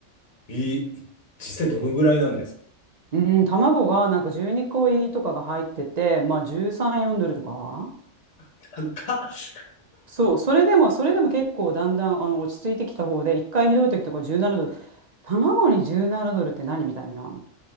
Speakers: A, on the left; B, on the right.
A: い、実際どのぐらいなんですか
B: うん、卵がなんか12個入りとかが入ってて、まあ13、4ドルとか。
A: 高っ
B: そう、それでも、それでも結構だんだんあの落ち着いてきた方で、一回ひどい時とか17ドル、卵に17ドルって何みたいな。